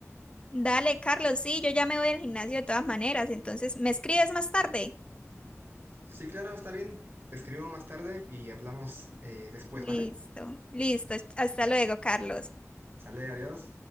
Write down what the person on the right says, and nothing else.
Sí, claro, está bien, te escribo más tarde y hablamos eh, después,
¿vale?
Sale, adiós.